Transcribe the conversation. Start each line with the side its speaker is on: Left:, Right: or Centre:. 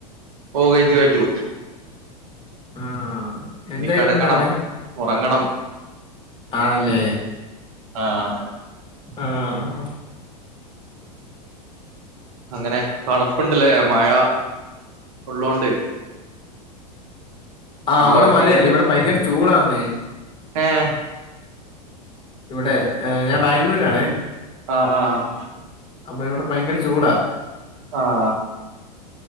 Right: ഓഹ് കഴിച്ചു കഴിച്ചു
Left: ആഹ് എന്തായിരുന്നു
Right: ഇനി കെടക്കണം
Left: ഇന്ന് അവിടെ
Right: ഒറങ്ങണം
Left: ആണല്ലേ
Right: ആഹ്
Left: ആഹ്
Right: അങ്ങനെ തണുപ്പ്ണ്ട്ലെ മഴ ഉള്ളോണ്ട്
Left: ആഹ്
Right: നല്ല
Left: അവിടെ
Right: ഉറക്കം
Left: മഴയാല്ലേ ഇവിടെ ഭയങ്കര ചൂടാന്നേ
Right: ഏഹ്
Left: ഇവിടെ ഏഹ് ഞാൻ ബാംഗ്ലൂരാണേ
Right: ആഹ് ആഹ്
Left: അപ്പൊ ഇവിടെ ഭയങ്കര ചൂടാ
Right: ആഹ്